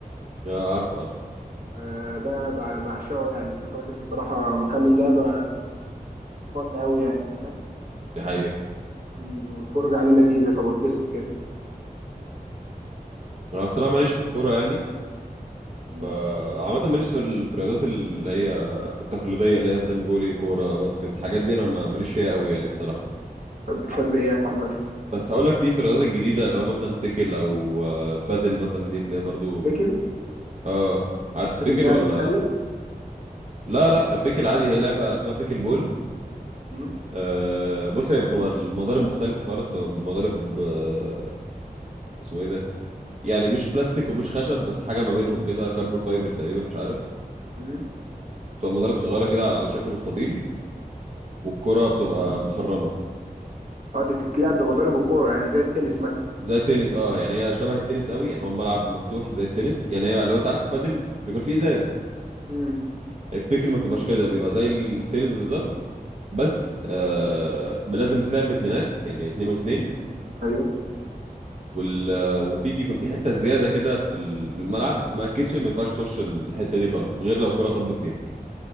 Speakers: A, on the right; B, on the right.
A: يا عارف عارف
B: آه ده بع- بعشقه يعني فالراجل الصراحه مخلي اللعبه فن قوي يعني فاهم
A: دي حقيقه
B: مم، والفرجه عليه لذيذه فبتبسط كده
A: انا الصراحه ماليش في الكوره يعني
B: مم.
A: فعامة ماليش في ال- في الرياضات اللي هي التقليدية اللي هي مثلا فولي كورة باسكت الحاجات دي أنا ما- ماليش فيها قوي يعني الصراحة
B: طب بتحب ايه يا محمد
A: بس هقول لك في في الرياضات الجديده اللي هو مثلا بيكل او آه، بادل مثلا دي تلاقيها برضو
B: بيكل
A: اه عارف
B: مش
A: البيكل
B: بيكل ده يعني
A: ولا
B: مخلل
A: لا لا بيكل عادي هي لعبه اسمها بيكل بول
B: امم
A: آه بص هي بتبقى المضارب مختلفه خالص تبقى مضارب آه اسمه ايه ده يعني مش بلاستيك ومش خشب بس حاجه ما بينهم كده كربون فايبر تقريبا مش عارف
B: امم
A: بتبقى مضارب صغيره كده على شكل مستطيل والكره بتبقى مخرمه
B: اه دي بتتلعب بمضارب وكوره يعني زي التنس مثلا
A: زي التنس اه يعني هي شبه التنس قوي يعني هو ملعب مفتوح زي التنس يعني هي لو انت عارف البادل بيكون فيه ازاز
B: امم
A: التيكل ما تبقاش كده بيبقى زي التنس بالظبط بس آه لازم تلعب باتنينات يعني اتنين واتنين
B: ايوه
A: وال آه، وفي بيكون في حته زياده كده في ال- في الملعب اسمها الكيتشن ما ينفعش تخش الحته دي خالص غير لو الكره طبت فيها